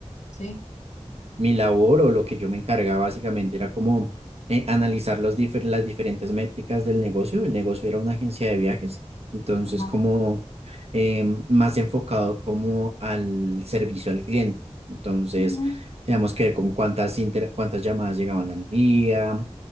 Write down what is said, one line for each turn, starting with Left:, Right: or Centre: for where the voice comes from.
Left: sí,
Right: mi labor o lo que yo me encargaba básicamente era como eh, analizar los difer- las diferentes métricas del negocio. El negocio era una agencia de viajes, entonces
Left: ajá,
Right: como em, más enfocado como al servicio al cliente. Entonces,
Left: ujú,
Right: teníamos que ver con cuántas, inter- cuántas llamadas llegaban al día,